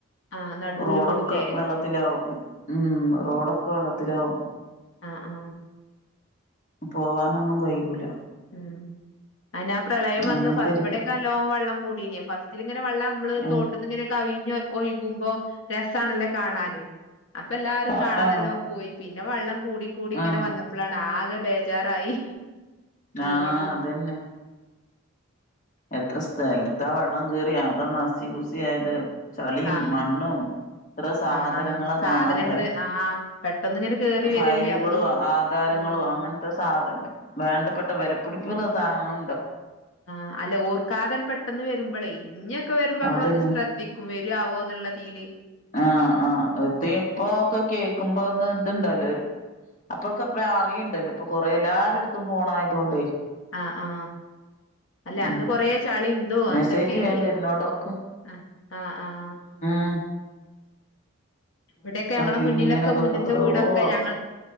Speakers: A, on the left (about 60°); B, on the left (about 35°).
A: ആ നടൂല്
B: റോഡൊക്കെ
A: പെടൂലേ
B: വെള്ളത്തിലാവും ഉം റോഡൊക്കെ വെള്ളത്തിലാവും
A: അ ആ
B: പോവാനൊന്നും കയ്യൂല
A: ഉം അനാ പ്രളയം വന്ന്
B: അങ്ങനത്തെരു
A: ഇവിടെക്കെല്ലോ വെള്ളം മൂടീന ഫസ്റ്റ് ഇരിങ്ങനെ വെള്ളം നമ്മള്
B: ആ
A: തോട്ടന്ന് ഇങ്ങനെ കവിഞ്ഞ ഒഴിക്കുമ്പോ രസാണല്ലേ കാണാന് അപ്പൊ എല്ലാവാരും
B: ആ
A: കാണാൻ
B: ആ
A: നല്ലോ പോയി പിന്നെ വെള്ളം കൂടി കൂടി ഇങ്ങനെ
B: ആ
A: വന്നപ്പളാണ് ആ കെ ബേജാറായി അങ്ങനെയ
B: ആ അതന്നെ എത്ര സ്ഥലത്ത വെള്ളം കീറിയ ആക നസി കുുസി ആയത് ചളീം
A: ആ
B: മണ്ണും ഇത്ര സാധനങ്ങളെ
A: ആ സാധനങ്ങള്
B: കാണാല്
A: ആ പെട്ടെന്ന് ഇങ്ങനെ കേറി
B: ഫയലുകളും
A: വരല്ലേ നമ്മള്
B: ആധാരം
A: ആഹ്
B: ോ അങ്ങനത്തെ സാധ വേണ്ടപ്പെട്ട വിലപ്പിടിപ്പ സാധനങ്ങള
A: ആഹ അല്ല ഓർക്കാതൻ പെട്ടെന്ന് വരുമ്പോളേ ഇഞ ക്കെ വരുമ്പോ നമ്മളൊന്ന്
B: അതന്നെ
A: ശ്രദ്ധിക്കും വരവോ എന്നുള്ള രീയില്
B: ആ ആഹ് അ ഇപ്പ ഒക്കെ കേക്കുമ്പോന്ന എതുണ്ടല്ലോ അപ്പോഴക്ക അപ്പറേ അറിയുണ്ടല്ലോ ഇപ്പൊ കൊറെ എല്ലരുടെ അടുത്തും ഫോൺ ആയത കൊണ്ട്
A: ആ ആ അല്ലെ
B: ഉം
A: അന്ന് കൊറ ചളിുന്തോ
B: മെസ്സേജ്
A: എന്തൊക്കെയനി
B: വേം വരുന്നോണ്ടൊക്കെ
A: ആ ആഹ് ആഹ്
B: ആ
A: ഇവിടെൊക്കെ ഞങ്ങളെ
B: ക്ലീനിങ്ങിനൊക്കെ
A: മുന്നിലൊക്കെ മുന്നത്തെ
B: എത്രയോ
A: വീടൊക്കെ
B: ആൾക്ക്
A: ഞങ്ങൾ